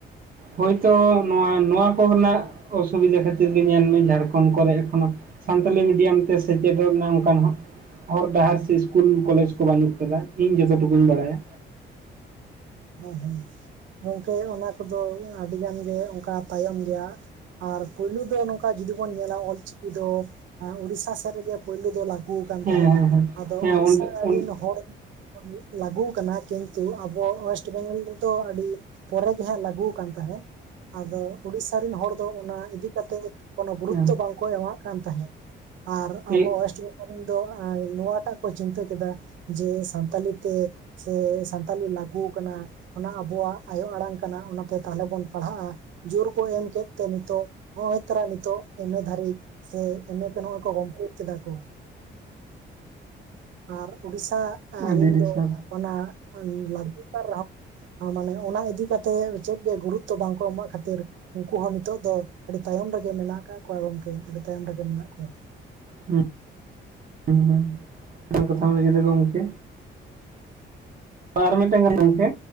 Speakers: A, on the right; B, on the right.
A: ᱦᱚᱭᱛᱚ ᱱᱚᱣᱟ ᱱᱚᱣᱟ ᱠᱚᱨᱮᱱᱟᱜ ᱚᱥᱩᱵᱤᱫᱟ ᱠᱷᱟᱹᱛᱤᱨ ᱜᱮ ᱧᱮᱞ ᱢᱮ ᱡᱷᱟᱲᱠᱷᱚᱱᱰ ᱠᱚᱨᱮ ᱮᱠᱷᱚᱱᱚ ᱥᱟᱱᱛᱟᱞᱤ ᱢᱤᱰᱤᱭᱟᱢ ᱛᱮ ᱥᱮᱪᱮᱫᱚᱜ ᱮᱱᱟ ᱚᱱᱠᱟᱱ ᱦᱟᱜ ᱦᱚᱨ ᱰᱟᱦᱟᱨ ᱥᱮ ᱤᱥᱠᱩᱞ ᱠᱚᱞᱮᱡᱽ ᱠᱚ ᱵᱟᱹᱱᱩᱜ ᱠᱟᱫᱟ ᱤᱧ ᱡᱚᱛᱚ ᱴᱩᱠᱩᱧ ᱵᱟᱲᱟᱭᱟ᱾
B: ᱦᱮᱸ ᱦᱮᱸ ᱜᱚᱝᱠᱮ ᱚᱱᱟ ᱠᱚᱫᱚ ᱟᱹᱰᱤ ᱜᱟᱱ ᱜᱮ ᱚᱱᱠᱟ ᱛᱟᱭᱚᱢ ᱜᱮᱭᱟ᱾ ᱟᱨ ᱯᱩᱭᱞᱩ ᱫᱚ ᱱᱚᱝᱠᱟ ᱡᱩᱫᱤ ᱵᱚᱱ ᱧᱮᱞᱟ ᱚᱞ ᱪᱤᱠᱤ ᱫᱚ ᱩᱲᱤᱥᱥᱟ ᱥᱮᱫ ᱨᱮᱜᱮ ᱯᱩᱭᱞᱩ ᱫᱚ ᱜᱩ ᱠᱟᱱ
A: ᱦᱮᱸ
B: ᱛᱟᱦᱮᱸᱫ
A: ᱦᱮᱸ ᱦᱮᱸ
B: ᱟᱫᱚ
A: ᱦᱮᱸ
B: ᱩᱲᱤᱥᱥᱟ
A: ᱚᱸᱰᱮ ᱚᱸᱰᱮ
B: ᱨᱮᱱ ᱦᱚᱲ ᱞᱟᱹᱜᱩ ᱠᱟᱱᱟ ᱠᱤᱱᱛᱩ ᱟᱵᱚ ᱚᱭᱮᱥ ᱳᱭᱮᱥᱴ ᱵᱮᱝᱜᱚᱞ ᱨᱮᱫᱚ ᱟᱹᱰᱤ ᱯᱚᱨᱮ ᱜᱮ ᱦᱟᱸᱜ ᱞᱟᱹᱜᱩ ᱠᱟᱱ ᱛᱟᱦᱮᱸᱫ᱾ ᱟᱫᱚ ᱩᱲᱤᱥᱥᱟ ᱨᱮᱱ ᱦᱚᱲ ᱫᱚ ᱚᱱᱟ ᱤᱫᱤ ᱠᱟᱛᱮᱫ ᱠᱳᱱᱳ ᱜᱩᱨᱩᱛᱛᱚ
A: ᱦᱮᱸ
B: ᱵᱟᱝᱠᱚ ᱮᱢᱟᱜ ᱠᱟᱱ ᱛᱟᱦᱮᱸᱫ᱾ ᱟᱨ
A: ᱦᱮᱸ
B: ᱟᱵᱚ ᱳᱭᱮᱥᱴ ᱵᱮᱝᱜᱚᱞ ᱨᱮᱱ ᱫᱚ ᱱᱚᱣᱟᱴᱟᱜ ᱠᱚ ᱪᱤᱱᱛᱟᱹ ᱠᱮᱫᱟ ᱡᱮ ᱥᱟᱱᱛᱟᱞᱤ ᱛᱮ ᱥᱮ ᱥᱟᱛᱟᱞᱤ ᱞᱟᱜᱩ ᱚᱱᱟ ᱟᱵᱚᱣᱟᱜ ᱟᱭᱳ ᱟᱲᱟᱝ ᱠᱟᱱᱟ ᱚᱱᱟᱛᱮ ᱛᱟᱦᱚᱞᱮ ᱵᱚᱱ ᱯᱟᱲᱦᱟᱜᱼᱟ᱾ ᱡᱳᱨ ᱠᱚ ᱮᱢ ᱠᱮᱫ ᱛᱮ ᱱᱤᱛᱚᱜ ᱱᱚᱜ-ᱚᱭ ᱛᱚᱨᱟᱝ ᱱᱤᱛᱚᱜ ᱮᱢ ᱮ ᱫᱷᱟᱹᱨᱤᱡ ᱥᱮ ᱮᱢ ᱮ ᱠᱚ ᱱᱚᱜ-ᱚᱭ ᱠᱚ ᱠᱚᱢᱯᱞᱤᱴ ᱠᱮᱫᱟ ᱠᱚ᱾ ᱟᱨ ᱩᱰᱤᱥᱥᱟ
A: ᱟᱹᱰᱤ
B: ᱨᱤᱱ
A: ᱟᱹᱰᱤ
B: ᱫᱚ
A: ᱥᱟᱨᱦᱟᱣ
B: ᱚᱱᱟ ᱞᱟᱜᱩ ᱠᱟᱱ ᱨᱮᱦᱚᱸ ᱟ ᱢᱟᱱᱮ ᱚᱱᱟ ᱤᱫᱤᱠᱟ ᱠᱟᱛᱮᱜ ᱪᱮᱫ ᱜᱮ ᱜᱩᱨᱩᱛᱛᱚ ᱵᱟᱝᱠᱚ ᱮᱢᱟᱜ ᱠᱷᱟᱹᱛᱤᱨ ᱩᱝᱠᱩ ᱦᱚᱸ ᱱᱤᱛᱚᱜ ᱫᱚ ᱟᱹᱰᱤ ᱛᱟᱭᱚᱢ ᱨᱮᱜᱮ ᱢᱮᱱᱟᱜ ᱠᱟᱜ ᱠᱚᱣᱟ ᱜᱚᱝᱠᱮ ᱟᱹᱰᱤ ᱛᱟᱭᱚᱢ ᱨᱮᱜᱮ ᱢᱮᱱᱟᱜ ᱠᱚᱣᱟ᱾
A: ᱦᱩᱸ ᱦᱩᱸ <unintelligible> ᱠᱟᱛᱷᱟᱢ ᱞᱟᱹᱭ ᱠᱮᱫᱟ ᱜᱚᱝᱠᱮ᱾ ᱟᱨ ᱢᱤᱫᱴᱟᱝ ᱜᱟᱱ ᱜᱚᱝᱠᱮ